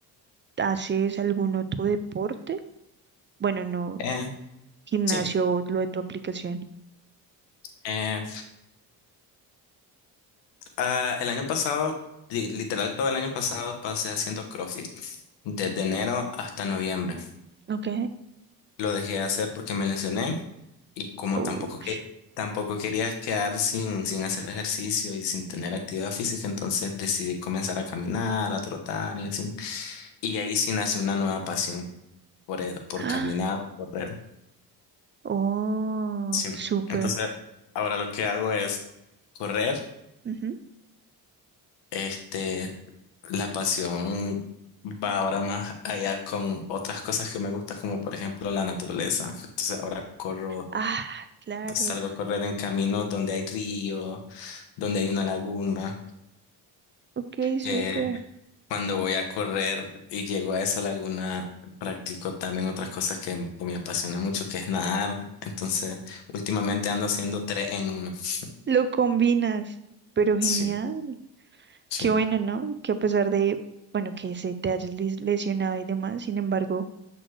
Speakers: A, on the right (about 30°); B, on the left (about 85°).
A: haces algún otro deporte? Bueno, no,
B: Eh,
A: gimnasio,
B: sí.
A: lo de tu aplicación.
B: eh, Ah, el año pasado, li- literal todo el año pasado, pasé haciendo CrossFit, desde enero hasta noviembre.
A: Ok.
B: Lo dejé de hacer porque me lesioné y como
A: Oh,
B: tampoco, que-
A: sh-
B: tampoco quería quedar sin, sin hacer ejercicio y sin tener actividad física, entonces decidí comenzar a caminar, a trotar y así. Y ahí sí nació una nueva pasión por, e- por
A: ah,
B: caminar o correr.
A: oh,
B: Sí.
A: súper.
B: Entonces, ahora lo que hago es correr.
A: ujú.
B: Este, la pasión va ahora más allá con otras cosas que me gustan, como por ejemplo la naturaleza. Entonces ahora corro,
A: Ah, claro.
B: salgo a correr en caminos donde hay río, donde hay una laguna.
A: Ok, súper.
B: Eh, cuando voy a correr y llego a esa laguna, practico también otras cosas que, que me apasiona mucho, que es nadar. Entonces, últimamente ando haciendo tres en uno. <laughs>
A: Lo combinas, pero genial.
B: Sí, sí,
A: Qué bueno, ¿no? Que a pesar de, bueno, que se te hayas lis- lesionado y demás, sin embargo,